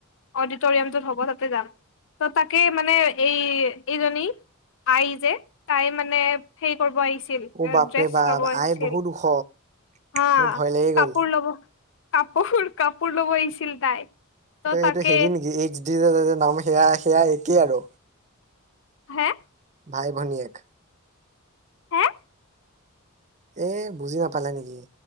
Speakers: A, on the left; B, on the right.
A: অডিটৰিয়ামটোত হ'ব তাতে যাম, ত' তাকে মানে এই এইজনী। আই যে তাই মানে হেৰি কৰিব আহি চিল,
B: অ
A: এ
B: বাপৰে
A: ড্ৰেছ
B: বাপ
A: ল'ব আহিছিল,
B: আই বহুত ওখ
A: হা
B: মোৰ ভয় লাগি
A: কাপোৰ
B: গ'ল
A: ল'ব কাপোৰ, কাপোৰ ল'ব আহিছিল তাই। ত
B: এইটো
A: তাকে
B: হেৰি নিকি এইচ ডি নাম সেয়া সেয়া একেই আৰু।
A: হা?
B: ভাই ভনীয়েক।
A: হে
B: এ, বুজি নাপালা নেকি